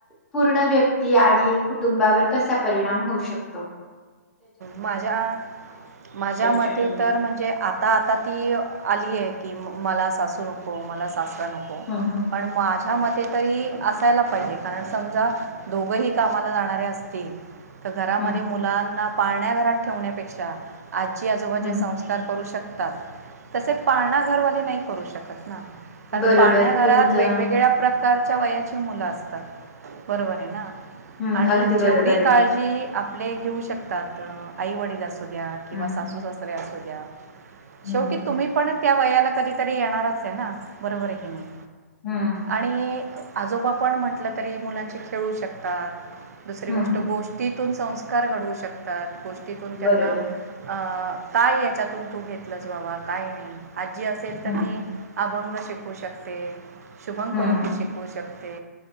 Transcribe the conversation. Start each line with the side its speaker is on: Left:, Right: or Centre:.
Centre: पूर्ण व्यक्ती आणि कुटुंबावर कसा परिणाम होऊ शकतो तो
Right: माझ्या माझ्या
Centre: चर्चा
Right: मते
Centre: करूया
Right: तर म्हणजे आत आता आता ती आली आहे की म मला सासू नको मला सासरा नको
Centre: हा हा
Right: पण माझ्या मते तरी असायला पाहिजे कारण समजा दोघंही कामाला जाणारे असतील तर घरामध्ये
Centre: हम्म
Right: मुलांना पाण्याघरात ठेवण्यापेक्षा आजी आजोबाजे
Centre: हं
Right: संस्कार करू शक तात तसे पाारणा घरवाले नाही करू शकत ना कारण
Centre: बरोबर
Right: पाळन्या घरात
Centre: तुमचं
Right: वेगवेगळ्या प्रकारच्या वयाची मुलं असतात बरोबर आहे ना
Centre: हं
Right: आणि
Centre: अगदी बरोबर
Right: जेवढी
Centre: आहे.
Right: काळजी आपले घेऊ शकतात आईवडील असू द्या किंवा
Centre: हं,
Right: सासू
Centre: हं,
Right: सासऱ्या असू द्या
Centre: हं
Right: शेवटी तुम्ही पण त्या वयाला कधीतरी येणारच आहे ना बरोबर आहे की नाही
Centre: हं,
Right: आणि आजोबा पण म्हटलं तरी मुलांचे खेळू शकतात दुसरी
Centre: हं
Right: गोष्ट गोष्ट गोष्टीतून संस्कार घडवू शकतात गोष्टीतून त्यांना
Centre: बरोबर.
Right: अ काय याच्यातून तू घेतलंस बाबा काय नाही आजी असेल तर
Centre: हं,
Right: ती अभंग शिकू शकते शुभम
Centre: हं
Right: करोती शिकू शकते